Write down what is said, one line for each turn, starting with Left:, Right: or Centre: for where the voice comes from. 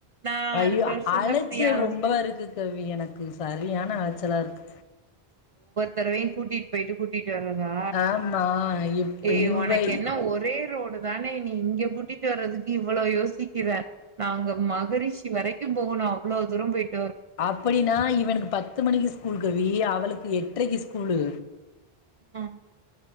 Right: நா
Left: ஐயோ
Right: அடுத்த வருஷந்தா
Left: அலைச்சல்
Right: ஃப்ரீயாகனு
Left: ரொம்ப இருக்கு கவி எனக்கு சரியான அலச்சலா இருக்கு
Right: தரவையு கூட்டிட்‌ பேய்ட்டு கூட்டிட் டு வரதா
Left: ஆமா இப்ப
Right: ஏய்
Left: இவக
Right: ஒனக்கு என்ன ஒரே ரோடு தானே நீ இங்க கூட்டிட்டு வர்றதுக்கு இவ்வளோ யோசிக்கிற நாங்க மகரிஷி வரைக்கு போகணு அவ்ளோ தூர போயிட்
Left: அப்படினா இவனுக்கு பத்து மணிக்கு ஸ்கூல் கவி அவ அவளுக்கு எட்ரைக்கு ஸ்கூலு
Right: ம்